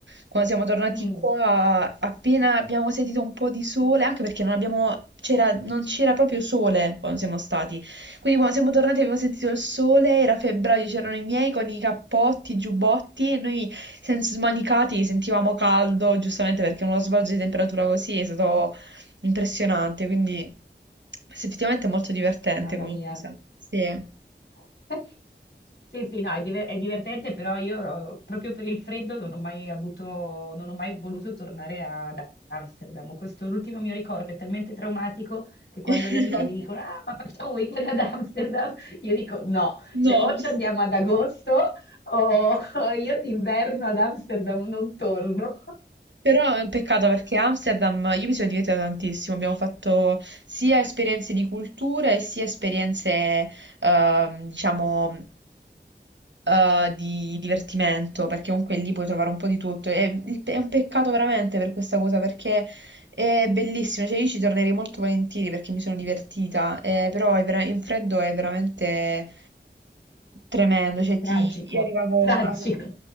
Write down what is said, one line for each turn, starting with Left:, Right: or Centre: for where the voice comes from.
Right: Quando siamo tornati
Left: Mm,
Right: qua, appena abbiamo sentito un po' di sole, anche perché non abbiamo, c'era, non c'era proprio sole quando siamo stati. Quindi, quando siamo tornati, abbiamo sentito il sole. Era febbraio, c'erano i miei con i cappotti, i giubbotti. E noi, senza smanicati, sentivamo caldo, giustamente perché uno sbalzo di temperatura così è stato impressionante. Quindi, sì, effettivamente è molto divertente
Left: mamma
Right: come
Left: mia.
Right: cosa. Sì.
Left: <laughs> Sì, sì, no, è, diver- è divertente, però io eh, proprio per il freddo non ho mai avuto, non ho mai voluto tornare a- ad Amsterdam. Questo l'ultimo mio ricordo è talmente traumatico che quando
Right: <laughs>
Left: le amiche mi dicono, ah, ma facciamo un weekend ad Amsterdam, io dico no, cioè
Right: No,
Left: o ci andiamo ad agosto o, o io d'inverno ad Amsterdam non torno.
Right: però è un peccato perché Amsterdam, io mi sono divertita tantissimo, abbiamo fatto sia esperienze di cultura e sia esperienze, ehm, diciamo, eh, di divertimento, perché comunque lì puoi trovare un po' di tutto. E il- È, un peccato veramente per questa cosa, perché è bellissimo, cioè io ci tornerei molto volentieri perché mi sono divertita, eh, però è vera- in freddo è veramente tremendo, cioè ti,
Left: Tragico,
Right: io arrivavo
Left: tragico.
Right: a-